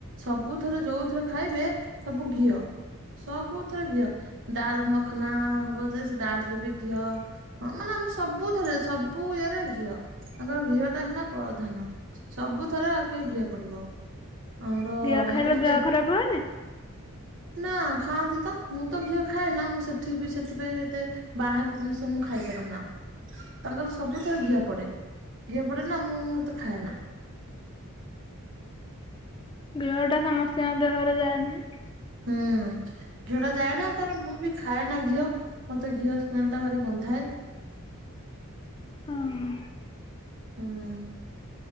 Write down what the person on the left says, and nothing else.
ଘିଅ ଖାଇଲେ
ଦେହ ଖରାପ ହୁଏନି?
ଘିଅଟା ସମସ୍ତଙ୍କ ଦେହରେ ଯାଏନି।
ହୁଁ ଉଁ।